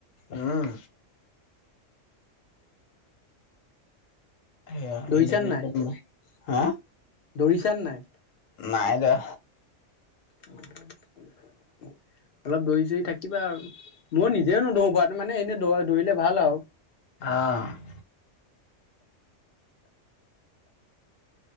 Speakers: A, on the left (about 80°); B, on the left (about 55°).
A: উম। সয়া,
B: দৌৰিছা
A: <unintelligible>
B: নাই
A: হা
B: দৌৰিছা নাই
A: নাই দিয়া।
B: অলপ দৰি চৰি থাকিবা আৰু। মই নিজেও নদৰো বাৰু মানে এনেই দৈৰিলে ভাল আৰু।
A: অ'।